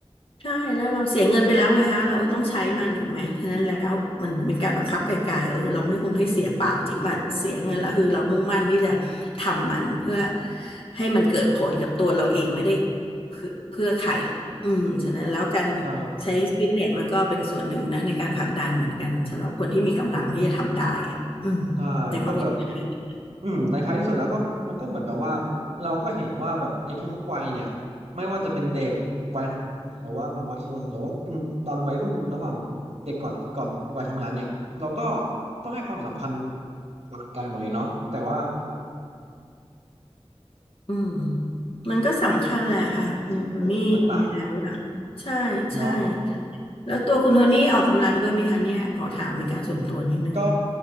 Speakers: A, on the left; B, on the right.
A: ใช่แล้วเราเสียเงินไปแล้วไงคะเราต้องใช้มันถูกไหมฉะนั้นแล้วมันเหมือนเป็นการบังคับไกลๆเออเราไม่คงให้เสียเปล่าจริงป่ะเสียเงินแล้วคือเรามุ่งมั่นที่จะทำมันเพื่อให้มันเกิดผลกับตัวเราเองไม่ได้เพื่อเพื่อใครหรอกอืมฉะนั้นแล้วการ
B: ใช่
A: ใช้ฟิตเนสมันก็เป็นส่วนหนึ่งนะในการผลักดันเหมือนกันสำหรับคนที่มีกำลังที่จะทำได้อ่ะอืม
B: ใช่ก็แบบ
A: ในความคิดเห็น
B: อืมในท้ายที่สุดแล้วก็มันก็เหมือนแบบว่าเราก็เห็นว่าแบบในทุกๆวัยเนี่ยไม่ว่าจะเป็นเด็กวัยทำงานหรือว่าวัยชราหรือว่าเป็นตอนวัยรุ่นระหว่างเด็กก่อนก่อนวัยทำงานเนี่ยเราก็ต้องให้ความสำคัญกับร่างกายหมดเลยเนาะแต่ว่า
A: อืมมันก็สำคัญแหละค่ะคุณโทนี่ยังไงแล้วอ่ะใช่ใช่
B: สิ่งสิ่งแวดล้อมต่างๆเนาะ
A: แล้วตัวคุณโทนี่ออกกำลังด้วยไหมคะเนี่ยขอถามเป็นการส่วนตัวนิดนึง
B: ก็